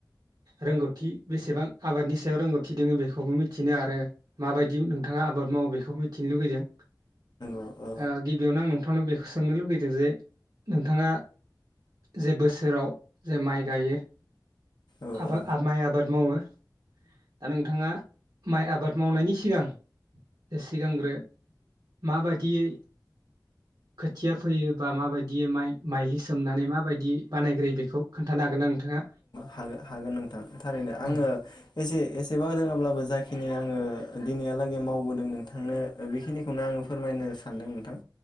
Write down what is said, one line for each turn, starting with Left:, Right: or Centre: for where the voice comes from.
Right: रोंगौथि बेसेबां आबादनि सायाव रोंगौथि दोङो बेखौबो मिथिनो आरो माबायदि नोंथाङा आबाद मावो बेखौबो मिथिनो लुबैदों
Left: औ औ
Right: अ गिबियावनो आं नोंथांनाव बेखौ सोंनो लुबैदों जे नोंथाङा जे बोसोराव जे माइ गायो
Left: औ
Right: आबाद
Left: औ
Right: आ माय आबाद मावो दा नोंथां थाङा माइ आबाद मावनायनि सिगां सिगांग्रो माबायदियै खोथिया फोयो बा माबायदियै माइ माइलि सोमनानै माबायदियै बानायग्रोयो बेखौ खोन्थानो हागोन ना नोंथाङा
Left: हाग हागोन नोंथां थारैनो आङो
Right: औ
Left: एसे एसेबां रोङाब्लाबो जाखिनि आङो अ दिनैहालागै मावबोदों नोंथांनो बेखिनिखौनो आङो फोरमायनो सानदों नोंथां